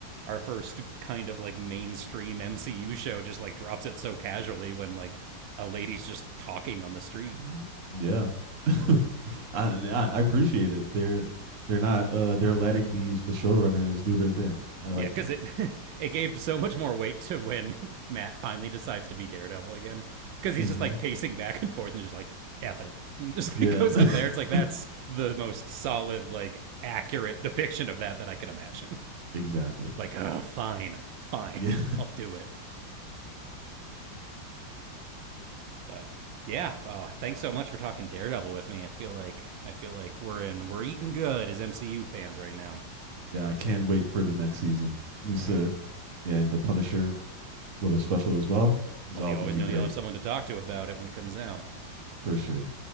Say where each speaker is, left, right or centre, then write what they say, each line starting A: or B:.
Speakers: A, on the right; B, on the right.
A: our first kind of like mainstream MCU show just like drops it so casually when like a lady's just talking on the street.
B: Mm, Yeah. <laughs> I, I appreciate it. They're they're not uh they're letting these the showrunners do their thing. I like
A: Yeah, because
B: that.
A: it <laughs> it gave so much more weight to when <laughs> Matt finally decides to be Daredevil again. Because he's
B: hmm
A: just like pacing back and forth and just like F it, and just
B: Yeah.
A: <laughs> like goes
B: <laughs>
A: up there. It's like that's the most solid, like accurate depiction of that that I could imagine. <laughs>
B: exactly.
A: Like, uh, fine, fine,
B: Yeah.
A: <laughs> I'll do it. But yeah, uh, thanks so much for talking Daredevil with me. I feel like I feel like we're in we're eating good as MCU fans right now.
B: <laughs> yeah, I can't wait for the next season. Needs
A: All right.
B: to yeah, the Punisher little special as well is
A: Well,
B: all
A: you
B: gonna
A: always
B: be
A: know
B: great
A: you'll have someone to talk to about it when it comes out.
B: for sure.